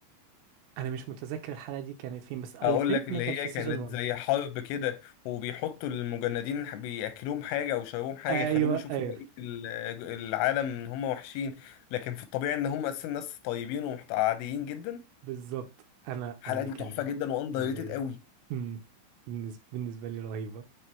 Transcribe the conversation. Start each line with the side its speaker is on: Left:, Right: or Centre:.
Right: انا مش متذكر الحلقة دي كانت فين بس اي
Left: هقول
Right: ثينك
Left: لك اللي
Right: انها كانت في
Left: هي
Right: سيزون
Left: كانت
Right: 1
Left: زي حرب كده وبيحطوا المجندين بياكلوهم حاجة او يشربوهم حاجة
Right: ايوه
Left: يخلوهم يشوفوا
Right: ايوه
Left: بقية ال- العالم ان هم وحشين لكن في الطبيعي ان هم اساسا ناس طيبين وعاديين جدا
Right: بالظبط انا
Left: الحلقة
Right: انا دي
Left: دي
Right: كان
Left: تحفة جدا واندر
Right: بالنسبة
Left: ريتد
Right: لي
Left: قوي
Right: مم. بالنسبة بالنسبة لي رهيبة